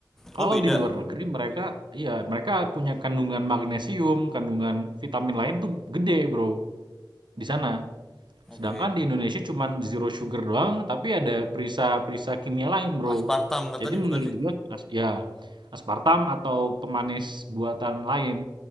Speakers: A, on the right (about 85°); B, in the centre.
A: Kalau
B: Oh beda.
A: di luar negeri mereka, iya mereka punya kandungan magnesium, kandungan vitamin lain tuh gede bro di sana.
B: Oke.
A: Sedangkan di Indonesia cuman zero sugar doang, tapi ada perisa-perisa kimia lain bro.
B: Aspartam katanya
A: Jadi menurut
B: bukan sih?
A: gua as- ya aspartam atau pemanis buatan lain.